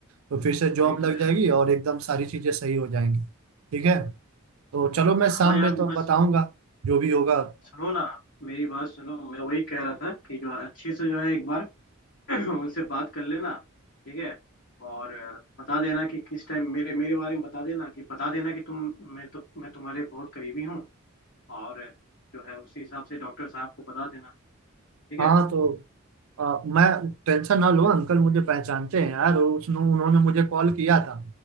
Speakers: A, on the right; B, on the left.
A: तो फिर से जॉब
B: वही तो
A: लग
B: यार
A: जाएगी और एकदम सारी चीजें सही हो जाएंगी ठीक है तो चलो मैं
B: हाँ
A: शाम
B: यार
A: में तो
B: बस
A: बताऊंगा जो भी होगा
B: सुनो ना मेरी बात सुनो मैं वही कह रहा था कि जो अच्छे से जो है एक बार <clears throat> उनसे बात कर लेना ठीक है और अ, बता देना कि किस टाइम मेरे मेरे बारे में बता देना कि बता देना कि तुम मैं तो मैं तुम्हारे बहुत करीबी हूँ और अ, जो है उसी हिसाब से डॉक्टर साहब को बता देना ठीक
A: हाँ
B: है
A: तो अ, मैं टेंशन ना लो अंकल मुझे पहचानते हैं यार उसने उन्होंने मुझे कॉल किया था